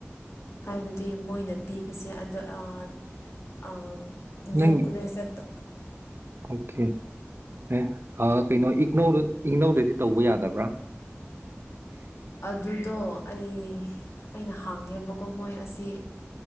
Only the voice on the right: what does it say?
ꯅꯪ
ꯑꯣꯀꯦ ꯑꯦ ꯥꯑ ꯀꯩꯅꯣ ꯏꯒ‌ꯣꯔ ꯏꯪꯒꯅꯧꯗꯗꯤ ꯇꯧꯕ ꯌꯥꯗꯕ꯭ꯔꯥ